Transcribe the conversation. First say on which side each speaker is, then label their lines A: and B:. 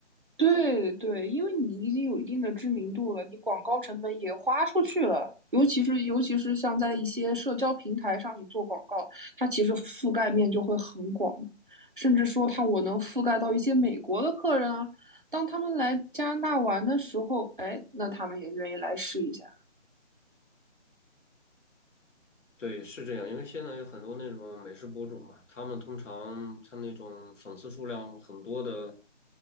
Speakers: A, on the right; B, on the left.
A: 对对，因为你已经有一定的知名度了，你广告成本也花出去了，尤其是尤其是像在一些社交平台上你做广告，它其实覆盖面就会很广嘛，甚至说它我能覆盖到一些美国的客人啊，当他们来加拿大玩的时候，哎，那他们也愿意来试一下。
B: 对，是这样，因为现在有很多那种美食博主嘛，他们通常像那种粉丝数量很多的，